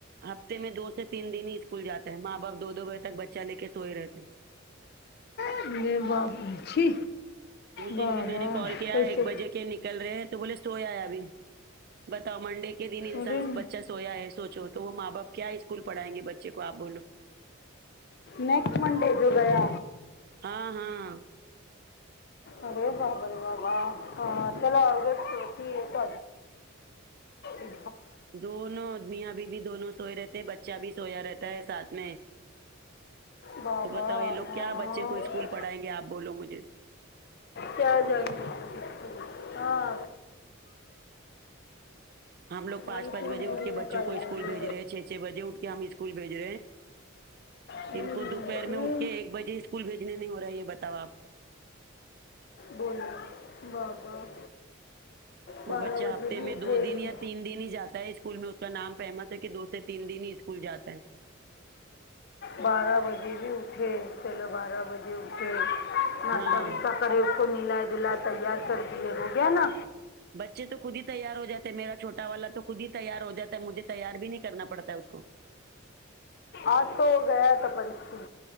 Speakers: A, on the right (about 45°); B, on the left (about 50°).
A: ہفتے میں دو سے تین دن ہی اسکول جاتا ہے ماں باپ دو بجے تک بچہ لے کے سوئے رہتے ہیں
B: ارے باپ رے چھی
A: اس دن
B: واہ
A: بھی میں
B: واہ
A: نے کال کیا
B: کیسے
A: ایک بجے ک نکل رہے ہیں تو بولے سویا ہے ابھی بتاؤ منڈے کے دن انسان
B: ارے
A: بچا سے سویا ہے سوچو تو وہ ماں باپ کیا اسکول پڑائیں گے بچے کو آپ بولو
B: نیکسٹ منڈے جو گیا
A: ہاں ہاں
B: ارے بابارے بابا ہاں کہاں سے لاؤ گے <unintelligible> اوئ
A: دونوں میاں بیوی بھی دونوں سوئے رہتے ہیں بچہ بھی سویا رہتا ہے ساتھ میں
B: بابا
A: تو بتاؤ یہ لوگ
B: ہاں
A: کیا بچے کو اسکول پڑھائیں گے آپ بولو مجھے
B: کیا جائیں گے ہاں
A: ہم لگ پانچ
B: وہیں
A: پانچ
B: تم
A: بجے اٹھ
B: دن
A: کے
B: نکال
A: بچوں کو
B: لیں
A: اسکول
B: گے
A: بھیج رہے ہیں چھ چھ بجے اٹھ ہم اسکول بھیج رہے ہیں
B: ہوں،
A: ان کو دوپہر
B: ہوں،
A: میں اٹھ کے ایک بجے اسکول بھیجنے نہیں ہو رہا ہے یہ بتاؤ آپ
B: بولی بابا
A: وہ
B: بارہ
A: بچہ
B: بجے
A: ہفتے
B: بھی
A: میں
B: اٹھے
A: دو دن
B: گی
A: یا تین دن ہی جاتا ہے اسکول میں اس کا نام فیمس ہے کہ دو سے تین دن ہی اسکول جاتا ہے
B: بارہ بجے بھی اٹھے چلو بارہ بجے اٹھے ناشتہ
A: ہاں
B: وشتہ کرری اس کو نیلا دھلائے تیار کر دے ہو گیا نا
A: بچے تو خود ہی تیار ہو جاتے ہیں میرا چھوٹا والا تو خود ہی تیار ہو جاتا ہے مجھے تیار نہیں کرنا پڑتا اس کو
B: آج تو ہو گیا تھا پرشکن